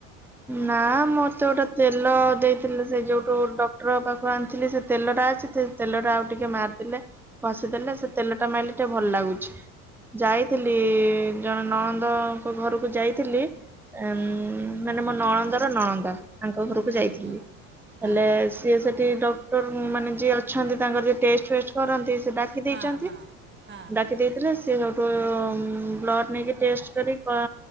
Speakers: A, in the centre; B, on the right.
A: ନା ମତେ ଗୋଟେ ତେଲ ଦେଇଥିଲେ ସେ ଯୋଉଠୁ ଡକ୍ଟର ପାଖକୁ ଆଣିଥିଲି ସେ। ତେଲ ଟା ଅଛି ସେ ତେଲଟା ଆଉ ଟିକେ ମାରିଦେଲେ ଘଷି ଦେଲେ ସେ ତେଲ ଟା ମାରିଲେ ଟିକେ ଭଲ ଲାଗୁଛି। ଯାଇଥିଲି ଜଣେ ନନ୍ଦଙ୍କ ଘରକୁ ଯାଇଥିଲି ଏମ୍।
B: ହୁଁ
A: ମାନେ ମୋ ନଳନ୍ଦର ନଳନ୍ଦା ତାଙ୍କ ଘରକୁ
B: ହୁଁ
A: ଯାଇଥିଲି।
B: ହୁଁ ହଁ
A: ହେଲେ ସିଏ ସେଠି ଡକ୍ଟର ମାନେ ଯିଏ ଅଛନ୍ତି ତାଙ୍କର ଯିଏ ଟେଷ୍ଟ ଫେଷ୍ଟ କରନ୍ତି ସେ ଡା ଡାକି ଦେଇଛନ୍ତି
B: ହଁ ହଁ ହଁ
A: ଡାକି ଦେଇ ସେଥିରେ ସେ ସେଇଠୁ ବ୍ଲଡ଼୍ ନେଇକି ଟେଷ୍ଟ କରି କ